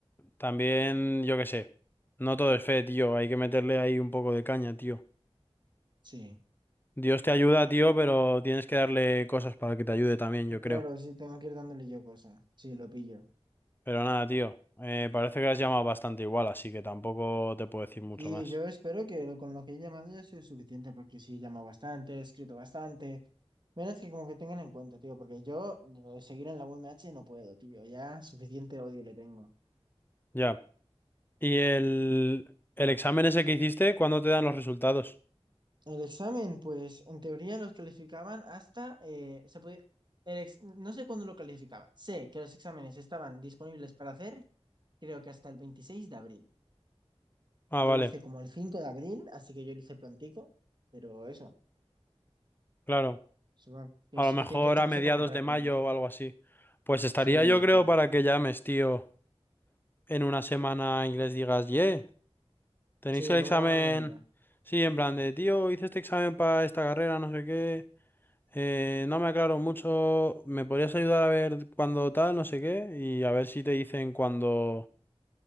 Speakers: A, on the left; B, on the right.
A: también, yo qué sé, no todo es fe, tío, hay que meterle ahí un poco de caña, tío.
B: Sí,
A: Dios te ayuda, tío, pero tienes que darle cosas para que te ayude también, yo
B: Claro,
A: creo.
B: sí, tengo que ir dándole yo cosas. Sí, lo pillo.
A: Pero nada, tío, eh, parece que has llamado bastante igual, así que tampoco te puedo decir mucho
B: Sí,
A: más.
B: yo espero que lo- con lo que he llamado ya sea suficiente, porque sí, he llamado bastante, he escrito bastante. Menos que como que tengan en cuenta, tío, porque yo eh, seguir en la UMH no puedo, tío. Ya suficiente odio le tengo.
A: Ya. ¿Y el, el examen ese que hiciste, cuándo te dan los resultados?
B: El examen, pues en teoría los calificaban hasta, eh, se podía, el ex- no sé cuándo lo calificaban. Sé que los exámenes estaban disponibles para hacer, creo que hasta el 26 de abril.
A: Ah,
B: Yo
A: vale.
B: lo hice como el 5 de abril, así que yo lo hice prontico, pero eso,
A: Claro,
B: supongo que
A: a
B: es
A: lo
B: suficiente
A: mejor
B: chance
A: a mediados
B: como para
A: de
B: que
A: mayo
B: lo hiciera.
A: o algo así. Pues estaría
B: Sí,
A: yo creo
B: tal.
A: para que llames, tío, en una semana y les digas, ye, tenéis
B: Sí,
A: el examen.
B: ¿cómo va la movida?
A: Sí, en plan de, tío, hice este examen para esta carrera, no sé qué. eh, no me aclaro mucho, ¿me podrías ayudar a ver cuándo tal, no sé qué? Y a ver si te dicen cuándo,